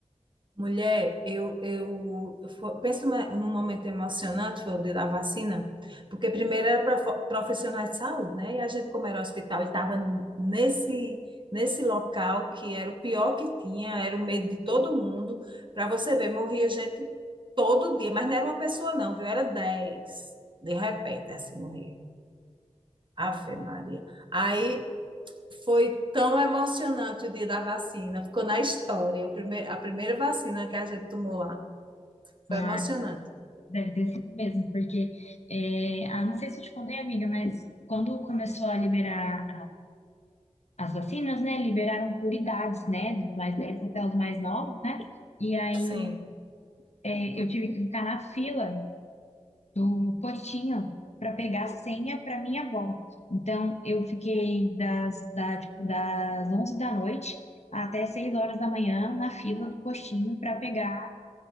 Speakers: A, on the right; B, on the left.
A: Mulher, eu, eu fo- penso me- num momento emocionante, foi o dia da vacina, porque primeiro era para profissionais de saúde, né? E a gente, como era hospital, estava nesse, nesse local que era o pior que tinha, era o medo de todo mundo. Para você ver, morria gente todo dia, mas não era uma pessoa, não, viu? Era dez, de repente, assim morria. Ave Maria. Aí foi tão emocionante o dia da vacina, ficou na história, o prime- a primeira vacina que a gente tomou lá. Foi
B: Mas
A: emocionante.
B: deve ter sido mesmo, porque, é, ah, não sei se eu te contei, amiga, mas quando começou a liberar as vacinas, né, liberaram por idades, né, dos mais velhos até os mais novos, né, e aí
A: Sim.
B: é, eu tive que ficar na fila do postinho para pegar a senha para minha avó. Então, eu fiquei das, da, tipo, das 11 da noite até 6 horas da manhã na fila do postinho para pegar